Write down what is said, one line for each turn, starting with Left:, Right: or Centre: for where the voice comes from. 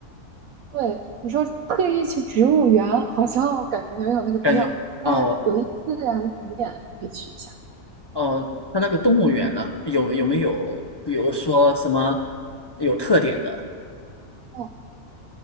Right: 对，你说特意去植物园，好像感觉没有那个必要，
Left: <laughs> 感觉哦
Right: 但是有一些自然景点可以去一下。
Left: 哦，它那个动物园呢，
Right: 嗯，
Left: 有有没有，比如说什么有特点的？
Right: 哦，